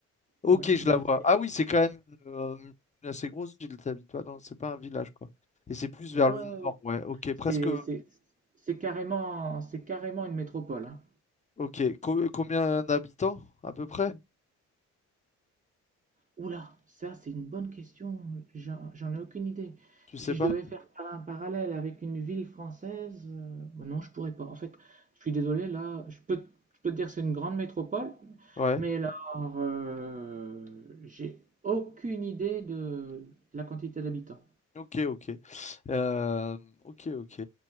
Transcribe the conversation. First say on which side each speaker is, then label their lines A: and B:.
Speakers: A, on the left; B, on the right.
A: Ok,
B: Ouais,
A: je
B: donc
A: la vois.
B: c'est
A: Ah oui, c'est quand même euh, une assez grosse ville, t'habites pas dans... C'est pas un village, quoi. Et c'est plus
B: ouais,
A: vers
B: ouais,
A: le
B: ouais, ouais.
A: nord, ouais. Ok,
B: C'est
A: presque...
B: c'est- c'est carrément, c'est carrément une métropole. hein.
A: Ok, Co- combien d'habitants, à peu près?
B: Oula, ça c'est une bonne question, j'en j'en ai aucune idée.
A: Tu
B: Si
A: sais pas?
B: je devais faire par- un parallèle avec une ville française, euh, bah non, je pourrais pas. En fait, je suis désolé, là, je peux, te je peux te dire que c'est une grande métropole,
A: Ouais.
B: mais là, euh, j'ai aucune idée de la quantité d'habitants.
A: Ok, ok. Euh, ok, ok.